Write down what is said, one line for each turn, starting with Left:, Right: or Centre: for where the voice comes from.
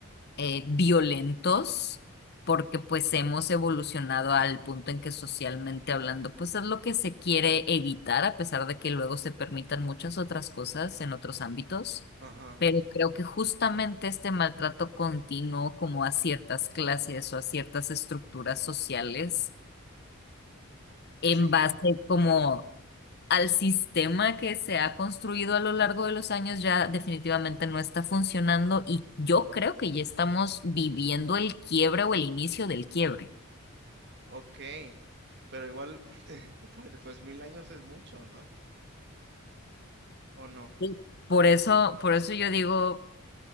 Left: eh, violentos, porque pues hemos evolucionado al punto en que socialmente hablando, pues es lo que se quiere evitar, a pesar de que luego se permitan muchas otras cosas en otros ámbitos.
Right: ajá.
Left: Pero creo que justamente este maltrato continuo como a ciertas clases o a ciertas estructuras sociales, en
Right: Sí,
Left: base como al sistema que se ha construido a lo largo de los años ya definitivamente no está funcionando y yo creo que ya estamos viviendo el quiebre o el inicio del quiebre.
Right: ok. Pero igual, <laughs> pues, pues mil años es mucho, ¿no? ¿O no?
Left: Sí. Por eso, por eso yo digo,